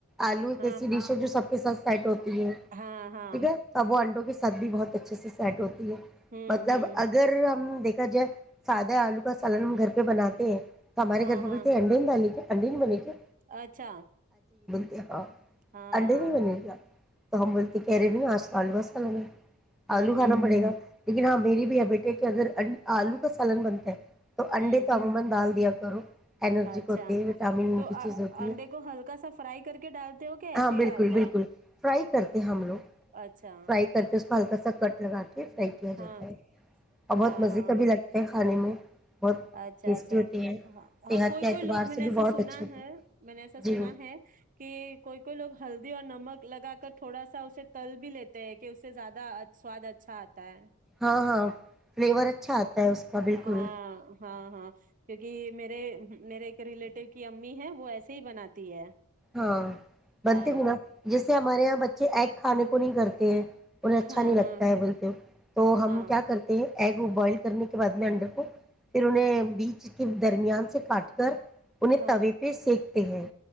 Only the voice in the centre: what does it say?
آلو ایک
ایسی ڈش ہے جو سب پہ س سو <unintelligible>
ٹھیک ہے اب وہ انڈوں کی ساتھ بھی بہت اچھے سے سیٹ ہوتا
مطلب
اگر ہم دیکھ کا جو سادہ آلو کا سالن ہم گھر پہ بناتے ہیں ہمارے
گھر پر
بولتی ہیں ایینڈین دانی کو اننڈے نہیں بنے کیا
<unintelligible>
انڈے بھی بنے کیا تو ہم بولتے کہہ رہے نہیں آج کال بسال میں
آلو کھانا
پڑے گا لیکن ہاں میری بھی ہے بیٹے کہ اگر آلو کا سالن بنتا ہے تو انڈے
تو آما دال کیا کرو انرجک
ہوتے ہیں وٹامن ان
کی چیز ہوتی
ہے
ہاں بالکل
بالکل
فرائی کرتے ہیں ہم لوگ
فرائی کرتے اس میں ہلکا سکٹ لگات فرائی کیا جاتا
ہے اور بہت
مزے
کا بھی لگتا ہے کھانے میں بہت
ٹیسٹی
ہوتے ہیں
صحت
کے اعتبار
سے
بھی
بہت
اچھے تھے
جی
ہاں ہاں فلیور اچھا آتا ہے اس کا بالکل
ہاں بنتے
ہو نا جیسے ہمارے یہاں بچے ایگ کھانے کو کو نہیں کرتے ہیں انہیں اچھا
نہیں
لگتا ہے بولتے ہو تو ہم
کیا کرتے ہیں ایگ بوائل کرنے کے بعد میں انڈے کو پھر انہیں بیچ کے درمیان سے کاٹ کر انہیں
طوے پہ سینکتے ہیں